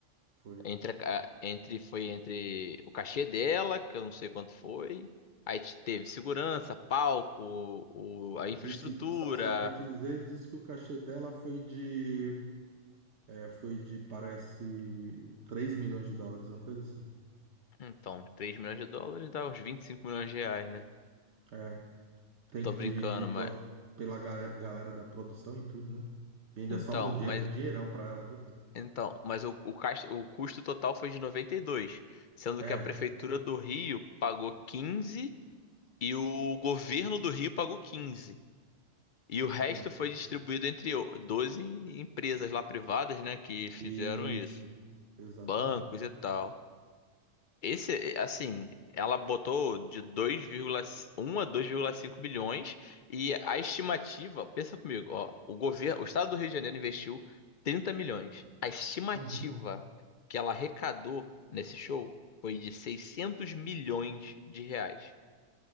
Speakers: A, on the right (about 60°); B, on the left (about 60°).
A: foi.
B: Entre, a ca- entre, foi entre o cachê dela, que eu não sei quanto foi. Aí te- teve segurança, palco, o, a
A: Disse,
B: infraestrutura.
A: só, só para te dizer, disse que o cachê dela foi de, é, foi de, parece, 3 milhões de dólares, uma coisa assim.
B: Então, três milhões de dólares dá uns 25 milhões de reais, né?
A: É, tem
B: Tô
A: que
B: brincando,
A: dividir
B: mas.
A: pô, pela ga- galera da produção e tudo, né? E ainda
B: Então,
A: sobra um dia,
B: mas.
A: um dinheirão pra ela, viu, cara?
B: Então, mas o, o, cas- o custo total foi de noventa e dois sendo
A: É,
B: que a prefeitura do Rio pagou 15 e o governo do Rio pagou quinze E o resto
A: é.
B: foi distribuído entre o- 12 empresas lá privadas, né, que fizeram
A: Isso.
B: isso.
A: Exatamente.
B: bancos e tal. Esse, eh, assim, ela botou de 2,1 a dois vírgula cinco milhões e a estimativa, pensa comigo, ó, o governo, o estado do Rio de Janeiro investiu 30 milhões. A estimativa
A: Uhum.
B: que ela arrecadou nesse show foi de 600 milhões de reais.